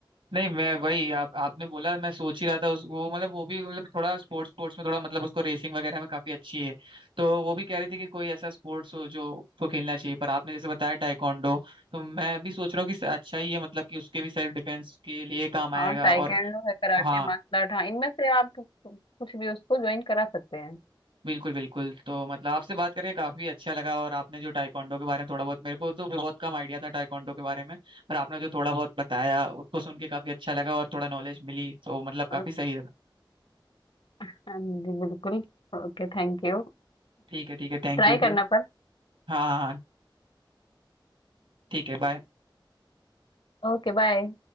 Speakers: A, on the right; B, on the left.
A: नहीं मैं वही आप आपने बोला मैं सोच ही रहा था उस वो मतलब वो भी मतलब थोड़ा स्पोर्ट्स स्पोर्ट्स में थोड़ा मतलब उसको रेसिंग वगैरह में काफी अच्छी है तो वो भी कह रही थी कि कोई ऐसा स्पोर्ट्स हो जो उसको खेलना चाहिए पर आपने जैसे बताया टाइकोंडो तो मैं भी सोच रहा हूँ कि अच्छा ही है मतलब कि उसके भी सेल्फ डिफेंस के लिए काम आएगा
B: हाँ टाइकेंडो
A: और
B: है कराटे
A: हाँ
B: मार्शल आर्ट हाँ इनमें से आप कुछ भी उसको ज्वाइन करा सकते हैं
A: बिल्कुल बिल्कुल तो मतलब आपसे बात करके काफी अच्छा लगा और आपने जो टाइकोंडो के बारे में थोड़ा बहुत मेरे को तो बहुत कम आइडिया था टाइकोंडो के बारे में पर आपने जो थोड़ा बहुत बताया उसको सुन के काफी अच्छा लगा और थोड़ा नॉलेज मिली तो मतलब काफी
B: हाँ
A: सही था
B: जी बिल्कुल Okay thank you
A: ठीक है ठीक है थैंक
B: ट्राई
A: यू फिर
B: करना पर
A: हाँ हाँ ठीक है बाय
B: Okay bye